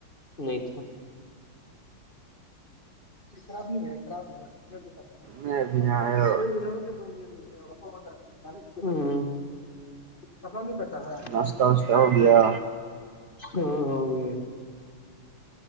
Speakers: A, on the left; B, on the right.
A: نہیں تھا خراب نہیں ہے خراب ہے نا
B: میں
A: <unintelligible>
B: ابھی نہایا
A: اتنا نہیں پتا ہے
B: ناشتہ واشتہ ہو گیا
A: ہاں ہو گیا